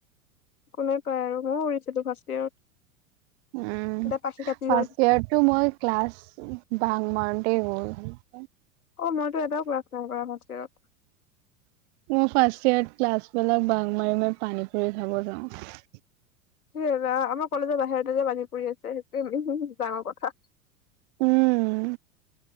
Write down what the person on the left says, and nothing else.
কোনে পায় আৰু ময়ো উৰিছিলো ফাৰ্ষ্ট ইয়েৰত।
এতিয়া পাখি কাটি
গ'ল
অ, মইতো এটাও ক্লাছ নাই কৰা ফাৰ্ষ্ট ইয়েৰত।
সেই আমাৰ কলেজৰ বাহিৰতে যে পানীপুৰি আছে সেইটোয়ে উম'হম' ডাঙৰ কথা।